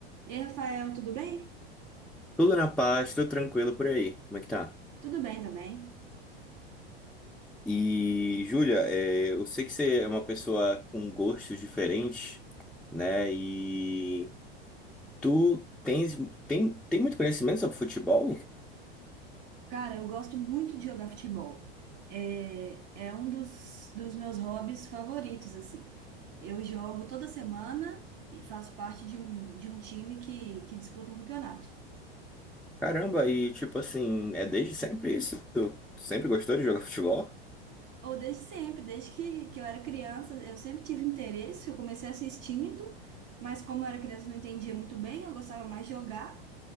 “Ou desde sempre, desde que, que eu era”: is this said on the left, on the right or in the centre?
Right